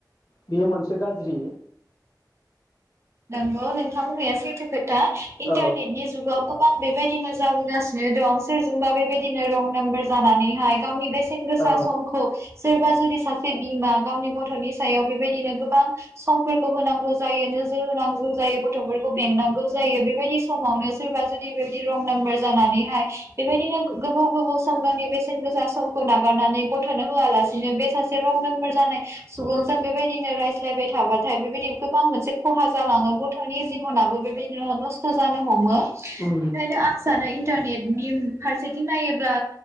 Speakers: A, on the left; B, on the right.
A: बेयो मोनसे गाज्रि
B: नोंगौ नोंथां बुंनाया सैथो खोथा इन्टारनेटनि
A: औ
B: जुगाव बां बेबायदिनो जाबोगासिनो दं सोरजोंबा बेबायदिनो रं नाम्बार जानानैहाय गावनि बेस सेनगोसा
A: औ
B: समखौ सोरबा जुदि सासे बिमा गावनि गथ'नि सायाव बेबायदिनो गोबां समफोरखौ होनांगौ जायो नो जोर होनांगौ जायो गथ'फोरखौ बेंनांगौ जायो बेबायदि समावनो सोरबा जुदि बेबायदि रं नाम्बार जानानैहाय बेबायदिनो गोबोव गोबोव सम गावनि बेसेन गोसा समखौ नागारनानै गथ'नो होआलासेनो बे सासे रं नाम्बार जानाय सुबुंजों बेबायदिनो रायज्लायबाय थाबाथाय बेबायदि गोबां मोनसे खहा जालाङो गथ'नि जिबनाबो बेबायदिनो नस्थ' जानो हमो। बेखायनो
A: उम
B: आं सानो इ इनटारनेटनि फारसेथिं नायोब्ला